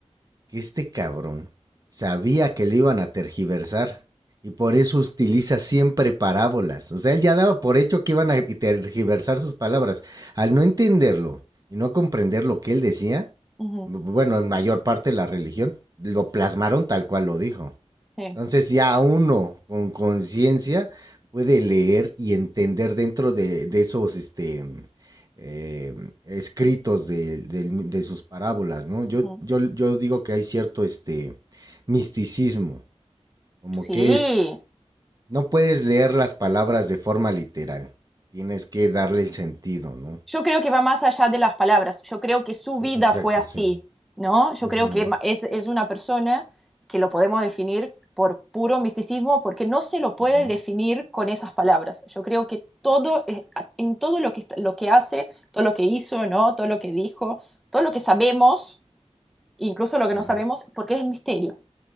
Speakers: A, on the right (about 35°); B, in the centre.
A: Que este cabrón sabía que le iban a tergiversar y por eso utiliza siempre parábolas. O sea, él ya daba por hecho que iban a tergiversar sus palabras. Al no entenderlo y no comprender lo que él decía,
B: Ujú,
A: bueno, en mayor parte la religión, lo plasmaron tal cual lo dijo.
B: Sí,
A: Entonces ya uno con conciencia puede leer y entender dentro de, de esos este, eh, escritos de, de- de sus parábolas, ¿no?
B: ujú.
A: Yo, yo, yo digo que hay cierto este, misticismo, como
B: Sí,
A: que es, no puedes leer las palabras de forma literal, tienes que darle el sentido, ¿no?
B: Yo creo que va más allá de las palabras. Yo creo que su vida
A: Exacto,
B: fue así,
A: sí.
B: ¿no? Yo
A: Ujú,
B: creo que ma- es, es una persona que lo podemos definir por puro misticismo porque no se lo puede
A: Ujú,
B: definir con esas palabras. Yo creo que todo, es- en todo lo que, est- lo que hace, todo lo que hizo, ¿no? Todo lo que dijo, todo lo que sabemos, incluso lo que no
A: sí.
B: sabemos, porque es misterio,